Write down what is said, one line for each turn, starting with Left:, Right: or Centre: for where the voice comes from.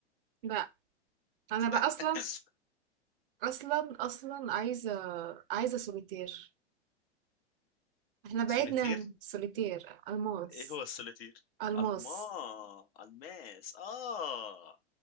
Right: لا انا بقى
Left: <laughs>
Right: اصلا اصلا اصلا عايزه عايزه سوليتير احنا بعدنا
Left: سوليتير
Right: سوليتير الماس
Left: ايه هو السوليتير
Right: الماس
Left: الما الماس اه